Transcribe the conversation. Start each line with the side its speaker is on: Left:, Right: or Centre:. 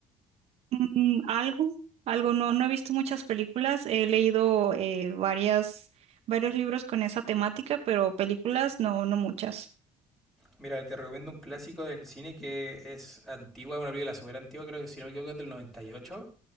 Right: Mm, algo, algo, no, no he visto muchas películas, he leído eh, varias, varios libros con esa temática, pero películas no, no muchas.
Centre: Mira, te recomiendo un clásico del cine que es antigua, es una película súper antigua, creo que si no me equivoco es del noventa y ocho